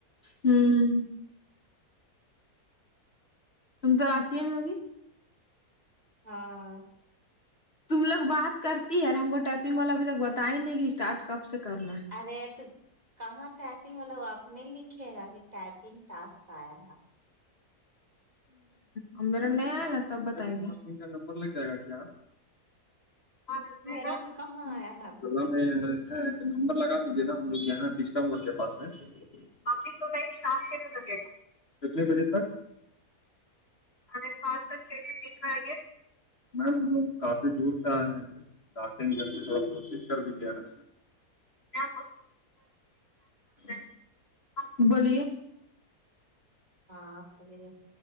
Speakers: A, on the left (about 40°); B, on the right (about 25°).
A: ہوں تم تو رچی ہے م ہوگی
B: ہاں
A: تم لوگ بات کرتی ہے اور ہم کو ٹائپنگ والا ابھی تک بتا ہی نہیں کہ اسٹارٹ کب سے کرنا ہے
B: ارے تو کہاں ٹائپنگ والا وہ آپ نے لکھے گا کہ ٹائپنگ ٹسک آیا ہے
A: ہ میرا نیا آئے نا تب بتائیں گے کا نمبر لگ جائے گا کیا ہاں لگ جائے
B: میرا
A: گا۔
B: بھی کہاں آیا ہے ابھی
A: چلا
B: تک
A: میں نمبر لگ دیجیے نا ہم لوگ یہاں ڈسکا موڈ کے پاس ہے ابھی تو میں شام کے لیے لگے گا کتنے بجے تک ے پانچ سےو چھ چ کچر گے میم ہم لوگ کافی دور ڈٹیں گے پھر تھوڑا کوشش کر دی گیاا کیا <inaudible> بولیے
B: ہاںلے